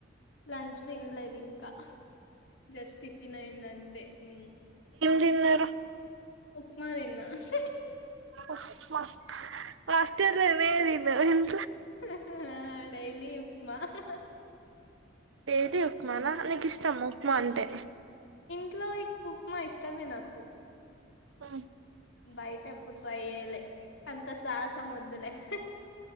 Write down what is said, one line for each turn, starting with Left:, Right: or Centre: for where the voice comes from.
Left: లంచ్ తినలేదు ఇంకా హా జస్ట టిఫిన్ అయ్యింది అంతే ఉ
Right: తిన్నరా?
Left: ఉప్మా తిన్న అహ్హ్
Right: ఉప్మా హాస్టల్ లో ఇవే తిన్నం హిమ్
Left: హే హా డెైలీ ఉప్మా అహ్హ్
Right: డైలీ ఉప్మానా నీకు ఇష్టం ఉప్మా అంటే
Left: ఇంటిలో ఎక్కువ ఉప్మా ఇష్టమే నాకు
Right: ఉ
Left: బయట ఎపుడు ట్రై వేయలే అంత సాహసం వద్దులే హ్హ్